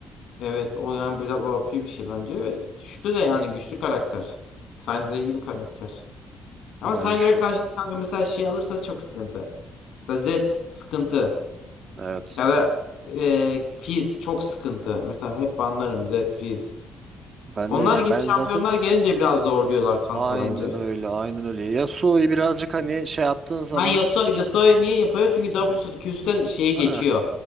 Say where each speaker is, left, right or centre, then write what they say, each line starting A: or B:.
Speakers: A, on the left; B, on the right.
A: Evet o yani biraz o OP bir şey bence. Ve Güçlü de yani güçlü karakter. Syndra iyi bir karakter. Ama
B: Bayağı
A: Syndra'ya
B: güçlü.
A: karşı kanka mesela şey alırsa çok sıkıntı. Mesela Zed sıkıntı.
B: Evet.
A: Ya da e, Fizz çok sıkıntı. Mesela hep banlarım Zed, Fizz.
B: Ben
A: Onlar
B: de ya
A: gibi
B: ben
A: şampiyonlar
B: zaten
A: gelince biraz zorluyorlar kanka
B: aynen
A: bence.
B: öyle aynen öyle. Yasuo'yu birazcık hani şey yaptığın zaman
A: Ben Yasuo, Yasuo'yu niye yapıyor? Çünkü W'su Q'su şeyi
B: ha,
A: geçiyor.